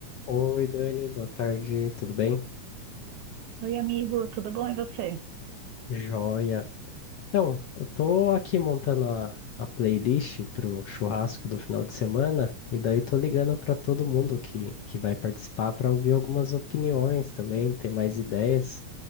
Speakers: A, on the left; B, on the right.
A: Oi, Dani, boa tarde, tudo bem?
B: Oi, amigo, tudo bom? E você?
A: Joia. Então, eu tô aqui montando a, a playlist pro churrasco do final de semana e daí tô ligando para todo mundo que, que vai participar para ouvir algumas opiniões também, ter mais ideias.